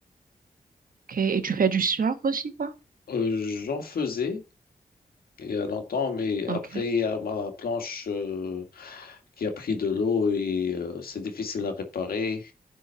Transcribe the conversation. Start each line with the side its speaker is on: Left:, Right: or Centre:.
Right: Ok, et tu fais du surf aussi, toi?
Left: Euh, j'en faisais. il y a longtemps, mais
Right: Ok,
Left: après, il y a ma planche euh, qui a pris de l'eau et euh, c'est difficile à réparer.